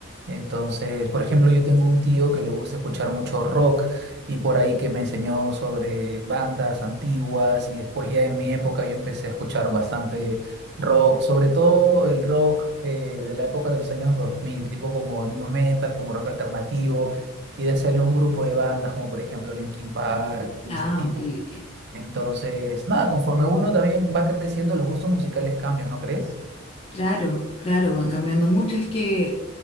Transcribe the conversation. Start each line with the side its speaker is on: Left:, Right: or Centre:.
Right: Entonces, por ejemplo, yo tengo un tío que le gusta escuchar mucho rock y por ahí que me enseñó sobre bandas antiguas y después ya en mi época yo empecé a escuchar bastante rock, sobre todo el rock eh, de la época de los años 2000, tipo como new metal, como rock alternativo y de salió un grupo de bandas como por ejemplo Linkin Park y
Left: Ah,
Right: ese tipo.
Left: ok, ok.
Right: Entonces, nada, conforme uno también va creciendo, los gustos musicales cambian, ¿no crees?
Left: Claro, claro, van cambiando mucho. Es que,